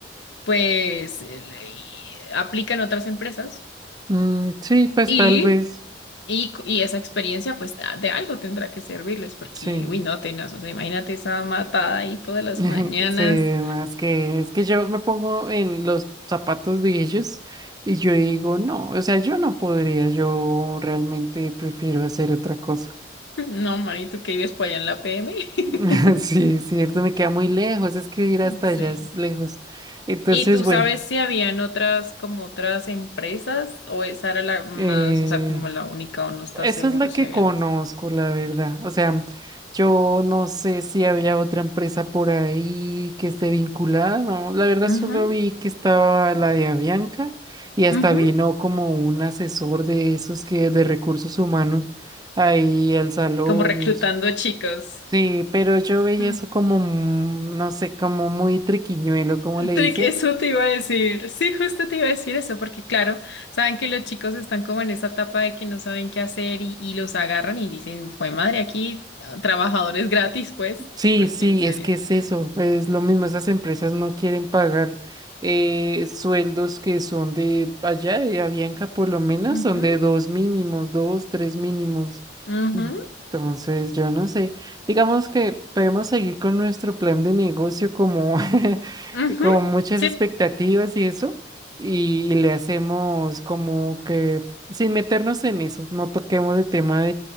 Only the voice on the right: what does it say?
mm, sí, pues
tal vez,
sí.
<laughs>
Sí, no, es que, es que yo me pongo en los zapatos de ellos y yo digo, no, o sea, yo no podría, yo realmente prefiero hacer otra cosa.
<laughs> Sí, es cierto, me queda muy lejos, es que ir hasta
allá es lejos. Entonces,
güey,
eh,
esa
es la
que
conozco,
la verdad. O sea, yo no sé si había otra empresa por ahí que esté vinculada, no, la verdad
solo vi que estaba la de Avianca y hasta
vino como un asesor de esos que de recursos humanos ahí al salón
y eso.
Sí, pero yo veía
eso como, mm, no sé, como muy triquiñuelo, como le dice,
Sí,
sí,
es que es eso, es lo mismo, esas empresas no quieren pagar eh, sueldos que son de allá, de Avianca por lo menos,
son de dos mínimos, dos, tres mínimos.
Mm, Entonces, yo no sé, digamos que podemos seguir con nuestro plan de negocio como <laughs>
con muchas
expectativas y eso, y le hacemos como que sin meternos en eso, no toquemos el tema